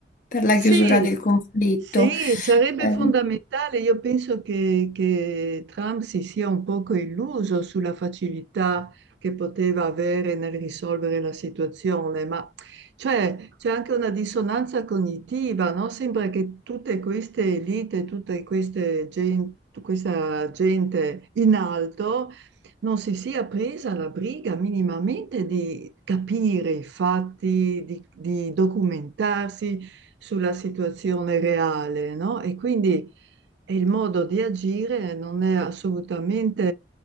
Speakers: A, on the left; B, on the right.
A: per la
B: Sì,
A: chiusura del conflitto.
B: sì, sarebbe
A: Ehm,
B: fondamentale. Io penso che, che Trump si sia un poco illuso sulla facilità che poteva avere nel risolvere la situazione, ma cioè, c'è anche una dissonanza cognitiva, no? Sembra che tutte queste elite, tutte queste gen- questa gente in alto non si sia presa la briga minimamente di capire i fatti, di di documentarsi sulla situazione reale, no? E quindi eh, il modo di agire non è assolutamente